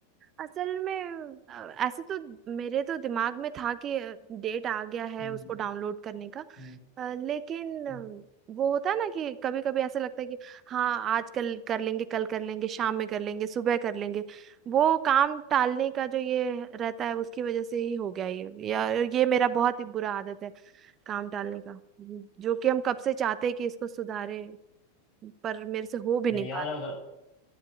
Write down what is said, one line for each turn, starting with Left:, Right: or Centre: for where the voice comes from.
Right: असल में अ, ऐसे तो मेरे तो दिमाग में था कि डेट आ गया है
Left: हम्म
Right: उसको डाउनलोड करने का
Left: हम्म,
Right: अ, लेकिन अ,
Left: हम्म।
Right: वो होता है ना कि कभी कभी ऐसा लगता है कि हाँ आज कल कर लेंगे कल कर लेंगे शाम में कर लेंगे सुबह कर लेंगे वो काम टालने का जो ये रहता है उसकी वजह से ही हो गया ये या ये मेरा बहुत ही बुरा आदत है काम डालने का जो कि हम कब से चाहते हैं कि इसको सुधारे पर मेरे से हो भी
Left: नहीं
Right: नहीं
Left: यार
Right: पा
Left: अगर